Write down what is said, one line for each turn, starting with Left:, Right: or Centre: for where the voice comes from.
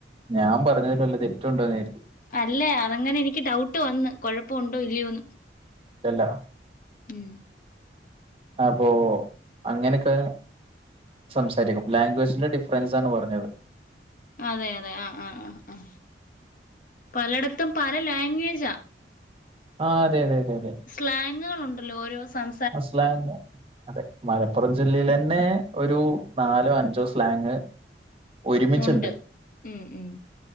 Right: ഞാൻ പറഞ്ഞതില് വല്ല തെറ്റുണ്ടോന്ന് കരുതി
Left: അല്ലേ അതങ്ങനെ എനിക്ക് ഡൗട്ട് വന്ന് കൊഴപ്പമുണ്ടോ ഇല്ലയോന്ന്.
Right: ഇല്ലല്ല
Left: ഉം
Right: അപ്പോ അങ്ങനോക്കാ സംസാരിക്കും ലാംഗ്വേജിന്റെ ഡിഫറൻസ് ആണ് പറഞ്ഞത്.
Left: അതെ അതെ ആ ആ ആ ആ പലയിടത്തും പല ലാംഗ്വേജ
Right: ആ അതെ അതെ അതെ അതെ
Left: സ്ലാങ്ങുകൾ ഉണ്ടല്ലോ ഓരോ സം
Right: ആ സ്ളങ്ങോ? അതെ മലപ്പുറം ജില്ലൽ ന്നെ ഒരു നാലോ അഞ്ചോ സ്ലാങ് ഒരുമിച്ചുണ്ട്.
Left: ഉണ്ട് ഉം ഉം